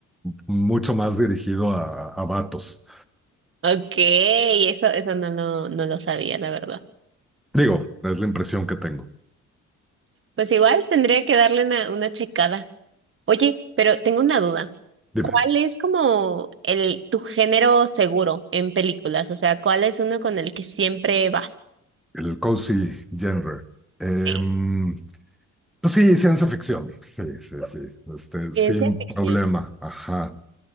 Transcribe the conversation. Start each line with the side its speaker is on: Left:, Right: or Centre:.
Centre: mucho más dirigido a, a vatos.
Right: Okay, eso, eso no lo, no lo sabía, la verdad.
Centre: Digo, es la impresión que tengo.
Right: Pues igual tendría que darle una, una checada. Oye, pero tengo una duda.
Centre: Dime.
Right: ¿Cuál es como el tu género seguro en películas? O sea, ¿cuál es uno con el que siempre vas?
Centre: el cozy genre. Em,
Right: Sí.
Centre: pues sí, ciencia ficción. Sí, sí, sí. Este,
Right: Ciencia
Centre: sin
Right: ficción.
Centre: problema. Ajá.